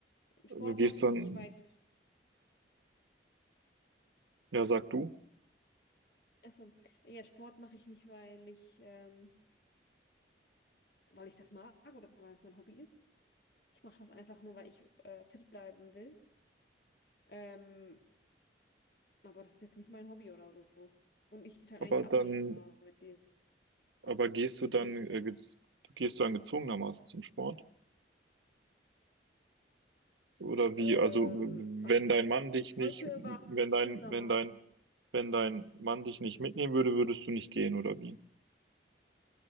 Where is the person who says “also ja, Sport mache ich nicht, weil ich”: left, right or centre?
Left